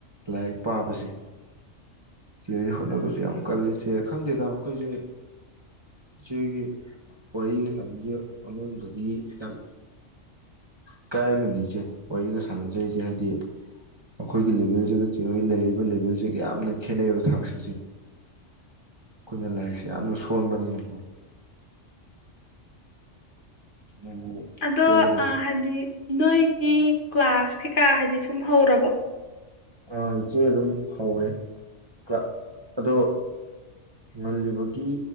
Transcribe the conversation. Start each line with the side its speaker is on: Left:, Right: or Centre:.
Right: ꯂꯥꯏꯔꯤꯛ ꯄꯥꯕꯁꯦ ꯆꯦꯍꯣꯏꯗꯤ ꯍꯣꯠꯅꯕꯁꯨ ꯌꯥꯝ ꯀꯜꯂꯤ ꯆꯦ ꯈꯪꯗꯦꯗ ꯑꯩꯈꯣꯏꯁꯦ ꯏꯆꯦꯍꯣꯏꯒꯤ ꯋꯥꯔꯤꯒ ꯁꯥꯟꯅꯖꯦ ꯑꯃꯔꯣꯝꯗꯗꯤ ꯌꯥꯝ ꯏꯀꯥꯏꯅ ꯅꯤꯏꯆꯦ ꯋꯥꯔꯤꯒ ꯁꯥꯟꯅꯖꯔꯤꯁꯦ ꯍꯥꯏꯗꯤ ꯑꯩꯈꯣꯏꯒꯤ ꯂꯦꯚꯦꯜꯁꯤꯒ ꯆꯦꯍꯣꯏ ꯂꯩꯔꯤꯕ ꯂꯦꯚꯦꯜꯁꯤꯒ ꯌꯥꯝꯅ ꯈꯦꯠꯅꯩꯔꯤꯕ ꯊꯥꯛꯁꯤ ꯆꯦ ꯑꯩꯈꯣꯏꯅ ꯂꯥꯏꯔꯤꯛꯁꯦ ꯌꯥꯝꯅ ꯁꯣꯟꯕꯅꯤꯅꯀꯣ ꯑꯗꯨꯕꯨ
Left: ꯑꯗꯣ
Right: ꯁꯣꯜꯂꯒꯁꯨ
Left: ꯑ ꯍꯥꯏꯗꯤ ꯅꯣꯏꯒꯤ ꯀ꯭ꯂꯥꯁ ꯀꯥ ꯍꯥꯏꯗꯤ ꯁꯨꯝ ꯍꯧꯔꯕ
Right: ꯑ ꯏꯆꯦ ꯑꯗꯨꯝ ꯍꯧꯔꯦ ꯀ꯭ꯂ ꯑꯗꯣ ꯉꯜꯂꯤꯕꯒꯤ